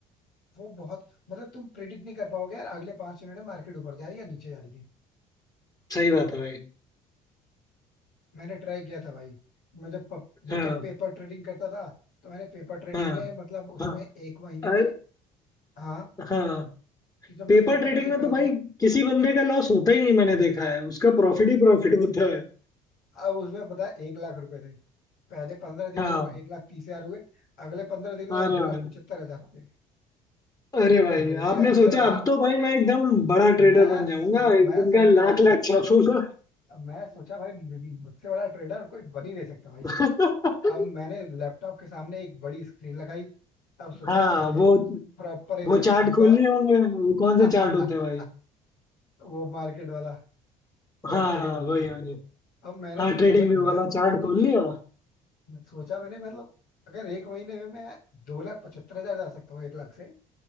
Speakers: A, on the left; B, on the left.
A: वो बहुत मतलब तुम प्रिडिक्ट नहीं कर पाओगे यार अगले पांच मिनट में मार्केट ऊपर जा रही है या नीचे जा रही है
B: सही बात है भाई
A: मैंने ट्राई किया था भाई मैं जब पप, जब
B: हाँ
A: तक पेपर ट्रेडिंग करता था तो मैंने पेपर ट्रेडिंग
B: हाँ
A: में मतलब उसमें
B: हाँ
A: एक महीने में
B: अर-
A: हाँ
B: हाँ
A: तो जब
B: पेपर
A: मैं पेपर
B: ट्रेडिंग
A: ट्रेडिंग
B: में
A: करा
B: तो भाई
A: था ना
B: किसी बंदे का लॉस होता ही नहीं मैंने देखा है उसका प्रॉफिट ही प्रॉफिट होता है
A: <laughs> अब उसमें पता है एक लाख रुपए थे पहले पंद्रह दिन
B: हाँ
A: में वो एक लाख तीस हजार हुए अगले पंद्रह दिन में
B: अरे
A: वो दो
B: भाई
A: लाख पचहत्तर हजार हो गए
B: अरे भाई
A: मेरे
B: आपने
A: अंदर
B: सोचा
A: भाई
B: अब तो भाई मैं एकदम बड़ा ट्रेडर
A: मैं
B: बन जाऊंगा
A: समझ
B: एक
A: मैं
B: दिन
A: समझ
B: का लाख
A: गया भाई
B: लाख छापूंगा
A: मैं सोचा भाई मुझसे बड़ा ट्रेडर कोई बन ही नहीं सकता भाई
B: <laughs>
A: अब मैंने लैपटॉप के सामने एक बड़ी स्क्रीन लगाई अब सोचा
B: हाँ
A: ठीक है
B: वो
A: प्रॉपर इन्वेस्ट
B: वो चार्ट
A: करूंगा
B: खोल लिए होंगे वो कौन
A: अब
B: से चार्ट
A: <laughs>
B: होते हैं भाई
A: वो मार्केट वाला और
B: हाँ
A: ट्रेडिंग व्यू
B: वही
A: पे
B: वही
A: अब मैंने
B: हाँ
A: सोचा
B: ट्रेडिंग
A: भाई
B: व्यू वाला
A: मैं
B: चार्ट खोल लिया
A: सोचा मैंने मतलब अगर एक महीने में मैं दो लाख पचहत्तर हजार जा सकता हूँ एक लाख से